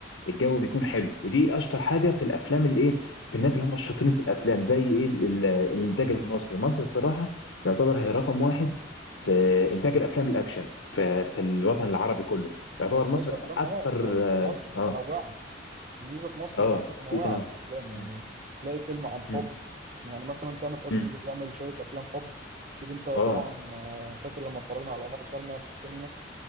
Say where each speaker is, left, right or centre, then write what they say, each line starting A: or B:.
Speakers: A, on the left; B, on the right.
A: الجو بيكون
B: أكيد.
A: حلو ودي اشطر حاجه في الافلام الايه في الناس اللي هم الشاطرين في الافلام زي ايه ال- ال- الانتاج المصري مصر الصراحه يعتبر هي رقم واحد في انتاج الافلام الاكشن في في الوطن العربي كله يعتبر
B: انتاج
A: مصر
B: افلام
A: اكتر
B: اه و-
A: اه
B: ومصر
A: اه
B: متنوعه الميزه في مصر
A: آه،
B: انها متنوعه
A: في تنوع
B: في الافلام يعني
A: م-
B: تلاقي فيلم عن حب
A: م-
B: يعني مثلا تامر حسني
A: م.
B: اللي بيعمل شويه افلام حب اكيد انت طبعا
A: اه
B: آه، فاكر لما اتفرجنا على عمر وسلمى في السينما